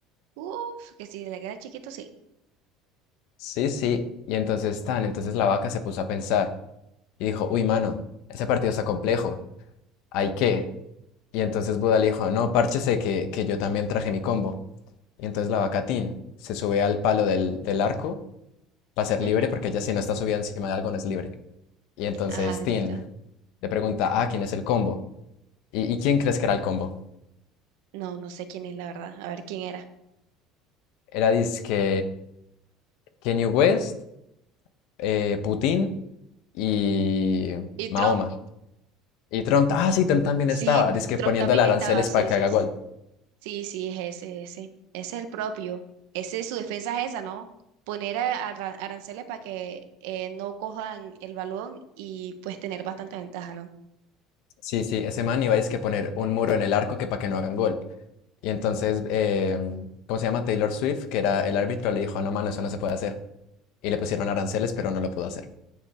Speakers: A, on the right (about 80°); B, on the left (about 70°).
A: Uf, que si le queda chiquito, sí.
B: Sí, sí. Y entonces tan, entonces la vaca se puso a pensar y dijo, uy, mano, ese partido está complejo. ¿Hay qué? Y entonces Buda le dijo, no, párchese que, que yo también traje mi combo. Y entonces la vaca Tin se sube al palo del, del arco para ser
A: Ujú.
B: libre, porque ella si no está subida encima de algo no es libre. Y entonces
A: Ajá,
B: Tin
A: listo.
B: le pregunta, ah, ¿quién es el combo? ¿Y, y quién crees que era el combo?
A: No, no sé quién es la verdad. A ver quién era.
B: Era dizque Kanye West, eh, Putin y
A: Y
B: Mahoma.
A: Trump.
B: Y Trump, ah, sí, Trump también
A: Sí,
B: estaba, dizque
A: Trump
B: poniéndole
A: también
B: aranceles
A: estaba, sí,
B: para que
A: sí,
B: haga gol.
A: sí. Sí, sí, es ese, ese. Ese es el propio. Ese, su defensa es esa, ¿no? Poner a- a ra- aranceles para que eh, no cojan el balón y pues tener bastante ventaja, ¿no?
B: Sí, sí, ese man iba a dizque poner un muro en el arco que para que no hagan gol. Y entonces, eh, ¿cómo se llama? Taylor Swift, que era el árbitro, le dijo, no, mano, eso no se puede hacer. Y le pusieron aranceles, pero no lo pudo hacer.